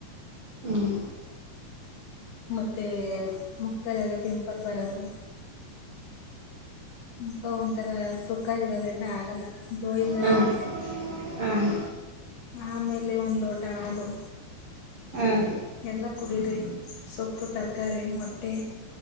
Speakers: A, on the right; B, on the left.
A: ಹ್ಮ್ ಹ್ಮ್
B: ಮತ್ತೆ ಮುಕ್ತಲೆ ಎಲ್ಲ ಪಿಂಪಲ್ ಬರದು ಮುಖ ಒಂಥರ ಸುಕ್ಕಾಗಿರೋದೆ ಎಲ್ಲ ಆಗಲ್ಲ ಗ್ಲೋಯಿಂಗ್
A: ಹ್ಮ್
B: ಆಗಿರುತ್ತೆ
A: ಹ್ಮ್
B: ಆಮೇಲೆ ಒಂದ್ ಲೋಟ ಹಾಲು
A: ಹ್ಮ್
B: ಎಲ್ಲ ಕುಡೀರರಿ ಸೊಪ್ಪು ತರಕಾರಿ ಮೊಟ್ಟೆ